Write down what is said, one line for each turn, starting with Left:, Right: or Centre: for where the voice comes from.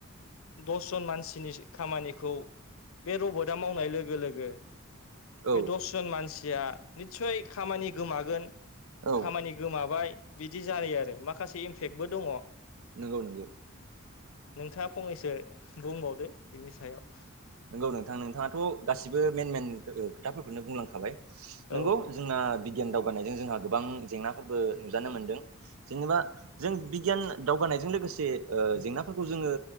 Left: दसजन मानसिनि खामानिखौ बे रबटआ मावनाय लोगो लोगो
Right: औ
Left: बे दसजन मानसि या निस्सय खामानि गोमागोन,
Right: औ
Left: खामानि गोमाबाय बिदि जायो आरो, माखासे इमफेक्टबो दङ
Right: नंगौ नंगौ।
Left: नोंथाङा फंनैसो बुंबावदो बिनि सायाव।
Right: नोंगौ नोंथां नोंथाङाथ' गासिबो मेइन मेइन ओ खोथाफोरखौनो बुंलांखाबाय।
Left: औ
Right: नंगौ जोंना बिगियान दावगानायजों जोंहा गोबां जेंनाफोरबो नुजानो मोनदों जेनबा जों बिगियान दावगा नायजों लोगोसे ओ जेंनाफोरखौ जोङो